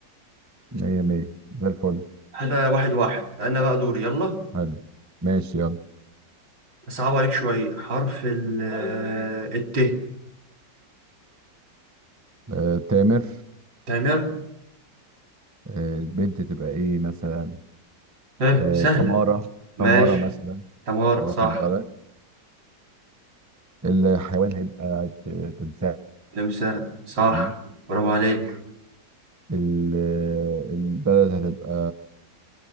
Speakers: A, on the right; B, on the right.
A: 100 100 زي الفل
B: كده واحد واحد أنا بقى دوري يلا
A: حلو ماشي يلا
B: أصعب عليك شوية حرف ال آه، الت
A: آه، تامر
B: تمام
A: آه، البنت تبقى ايه مثلا
B: ها
A: آه،
B: سهلة
A: تمارة
B: ماشي
A: تمارة مثلا
B: تمارة
A: واخد
B: صح
A: بالك الحيوان هيبقى ت- تمساح
B: تمساح صح
A: مم.
B: برافو عليك
A: ال- البلد هتبقى